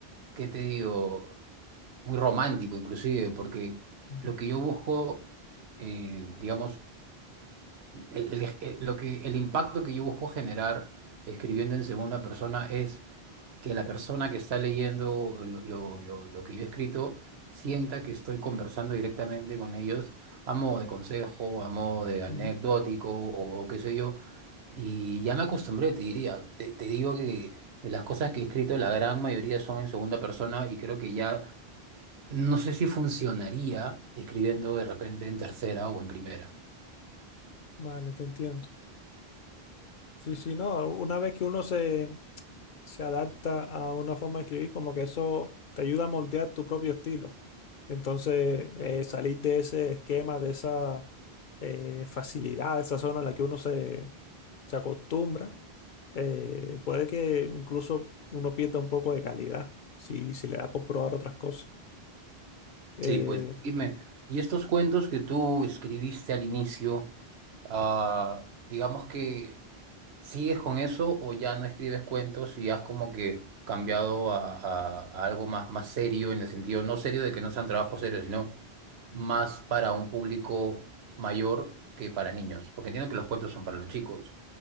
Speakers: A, on the right (about 75°); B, on the left (about 60°).
A: ¿qué te digo? Muy romántico inclusive, porque
B: ujú,
A: lo que yo busco, eh, digamos, el, el- el- lo que, el impacto que yo busco generar escribiendo en segunda persona es que la persona que está leyendo lo, lo- lo- lo que yo he escrito sienta que estoy conversando directamente con ellos a modo de consejo, a modo de anecdótico
B: ujú.
A: o, o qué sé yo. Y ya me acostumbré, te diría. Te, te digo que de las cosas que he escrito, la gran mayoría son en segunda persona y creo que ya no sé si funcionaría escribiendo de repente en tercera o en primera.
B: Vale, te entiendo. Sí, sí, no, una vez que uno se, se adapta a una forma de escribir, como que eso te ayuda a moldear tu propio estilo. Entonces, eh, salir de ese esquema, de esa eh, facilidad, de esa zona en la que uno se, se acostumbra eh, puede que incluso uno pierda un poco de calidad si, si le da por probar otras cosas. Eh,
A: Sí, pues dime, y estos cuentos que tú escribiste al inicio, ah, digamos que ¿sigues con eso o ya no escribes cuentos y has como que cambiado a, a- a algo más, más serio, en el sentido, no serio de que no sean trabajos serios, sino más para un público mayor que para niños? Porque entiendo que los cuentos son para los chicos.